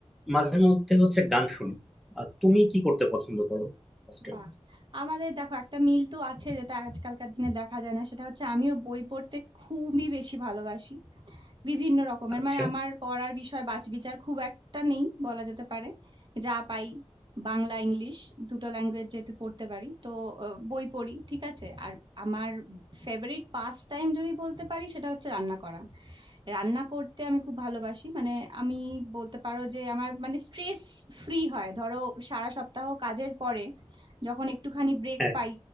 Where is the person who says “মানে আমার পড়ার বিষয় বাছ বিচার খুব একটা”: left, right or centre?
Right